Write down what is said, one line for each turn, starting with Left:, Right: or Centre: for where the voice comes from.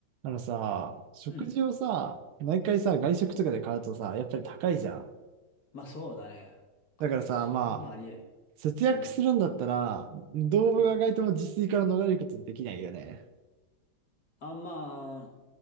Right: あのさ、食事をさ、
Left: うん。
Right: 毎回さ、外食とかで買うとさ、やっぱり高いじゃん。
Left: まあそうだね。外食はまあありえん。
Right: だからさ、まあ、節約するんだったら、
Left: うん。
Right: 動物が外とも自炊から逃れることできないよね。
Left: うん。あ、まあ、